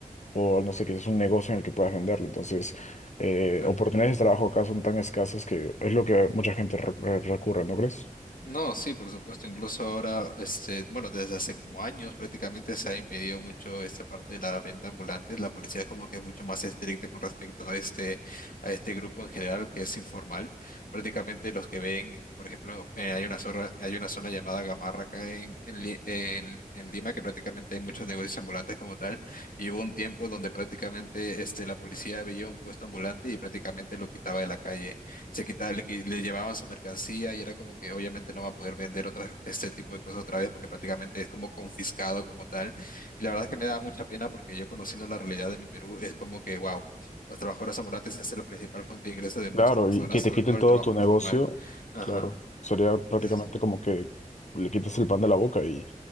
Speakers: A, on the left (about 55°); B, on the left (about 80°).
A: o no sé, quizás un negocio en el que puedas venderlo. Entonces, eh,
B: claro.
A: oportunidades de trabajo acá son tan escasas que es lo que mucha gente re- re- recurre, ¿no crees?
B: No, sí, por supuesto. Incluso ahora, este, bueno, desde hace como años prácticamente se ha impedido mucho esta parte de la venta ambulante. La policía es como que es mucho más estricta con respecto a este, a este grupo en general que es informal. Prácticamente los que ven, por ejemplo, eh, hay una zona, hay una zona llamada Gamarra acá en, en, Li- en- en Lima que prácticamente hay muchos negocios ambulantes como tal. Y hubo un tiempo donde prácticamente este, la policía veía un puesto ambulante y prácticamente lo quitaba de la calle se quitaba, le, qui- le llevaban su mercancía y era como que obviamente no va a poder vender otras, este tipo de cosas otra vez porque prácticamente es como confiscado como tal. Y la verdad es que me da mucha pena porque yo conociendo la realidad de mi Perú es como que, wow, los trabajadores ambulantes es la principal fuente de ingreso de muchas
A: Claro,
B: personas,
A: y que te
B: sobre
A: quiten
B: todo el
A: todo
B: trabajo
A: tu negocio,
B: informal. Ajá,
A: claro, sería prácticamente
B: es,
A: como que le quitas el pan de la boca y...